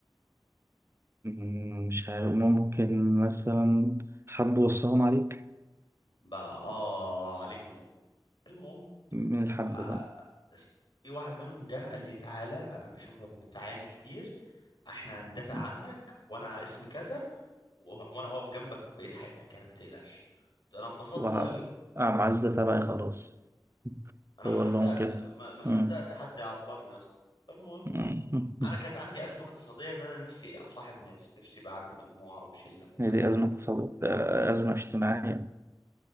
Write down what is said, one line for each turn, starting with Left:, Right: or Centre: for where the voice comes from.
Right: مم، مش عارف ممكن مثلا حد وصاهم عليك
Left: بقى اه عليك نور المهم
Right: من الحد
Left: آه
Right: ده بقى
Left: اسمع في واحد منهم جه قال لي تعالى انا بشوفك بتعاني كتير احنا هندافع
Right: مم.
Left: عنك وانا اسمي كذا و- وانا هقف جنبك بقية حياتك يعني ما تقلقش انا انبسطت
Right: وع-
Left: قوي
Right: عزة تبعي خلاص
Left: انا
Right: هو
Left: ما صدقت
Right: اللي هم كده
Left: ما ما صدقت
Right: مم.
Left: حد يعبرني يا صاحبي فالمهم
Right: مم. <laughs>
Left: انا كانت عندي ازمه اقتصاديه ان انا نفسي اصاحب ناس نفسي يبقى عندي مجموعه او شله ممكن
Right: هي دي
Left: اخ
Right: أزمة اقتصادية آه، أزمة اجتماعية